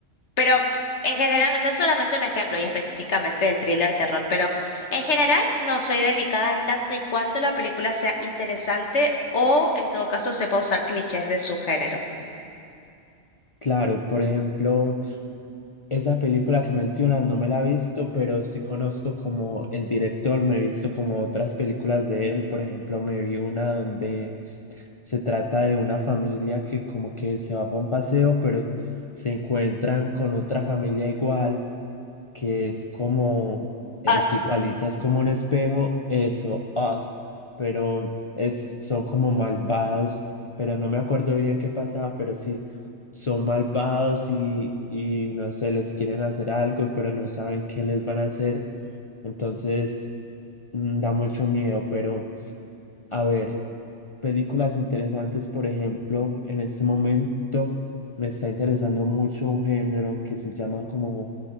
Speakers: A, on the left (about 85°); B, on the left (about 35°).
A: Pero en general, o sea, es solamente un ejemplo y específicamente del thriller terror, pero en general no soy delicada en tanto y cuanto la película sea interesante o en todo caso sepa usar clichés de su género.
B: Claro, por ejemplo, esa película que mencionas no me la he visto, pero sí conozco como el director, me he visto como otras películas de él. Por ejemplo, me vi una donde se trata de una familia que como que se va para un paseo, pero se encuentran con otra familia igual. que es como, es
A: Us.
B: igualita, es como un espejo, eso, Us, pero es, son como malvados, pero no me acuerdo bien qué pasaba, pero sí, son malvados y, y no sé, les quieren hacer algo, pero no saben qué les van a hacer, entonces mm, da mucho miedo, pero a ver, películas interesantes, por ejemplo, en este momento me está interesando mucho un género que se llama como